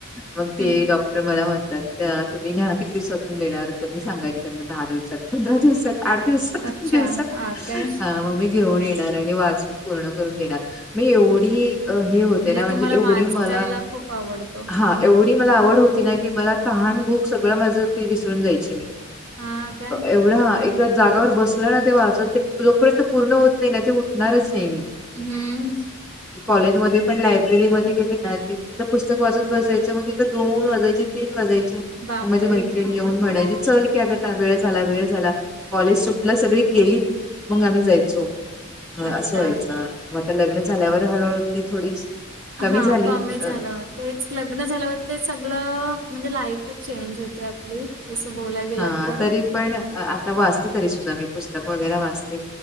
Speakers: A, in the centre; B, on the right.
A: मग
B: हम्म
A: ते डॉक्टर मला म्हणतात त्या तुम्ही न्याहा किती दिवसातून देणार तर मी सांगायचे त्यांना दहा दिवसात. पंधरा दिवसात आठ दिवसात
B: अच्छा
A: दोन दिवसात
B: हा काय
A: ह मग मी घेऊन येणार आणि वाचून पूर्ण करून देणार मी एवढी हे होते ना म्हणजे
B: तुम्हाला
A: एवढी
B: वाचायला
A: मला
B: खूप आवडतो
A: हा एवढी मला आवड होती ना की मला तहान भूक सगळं माझ ते विसरून जायची मी.
B: हा काय
A: एवढा जागावर बसलं ना तेव्हा वाचत ते जोपर्यंत पूर्ण होत नाही ना ते उठणारच नाही मी.
B: हम्म
A: कॉलेजमध्येध्ये पण लायब्ररीमध्ये गेली ना की तिथं पुस्तक वाचत बसाायचं मग तिथं दोन वाजायचे तीन वाजायचे
B: बापरे
A: मग माझी मैत्रिणी येऊन म्हणायची चल की आग ता वेळ झाला वेळ झाला. कॉलेज सुटलं सगळी गेलीत मग आम्ही जायचो असं
B: अच्छा
A: व्हायचं. मग आता लग्न झाल्यावर हळूहळू ती थोडीशी कमी
B: हा
A: झाली
B: कमी झालं
A: अ
B: तेच लग्न झालं हो तेच सगळं म्हणजे लाईफच चेंज होती आपली तसं बोलायला गेलं
A: हा
B: तर.
A: तरी पण आता वाचते तरी सुद्धा मी पुस्तक वगैरे वाचते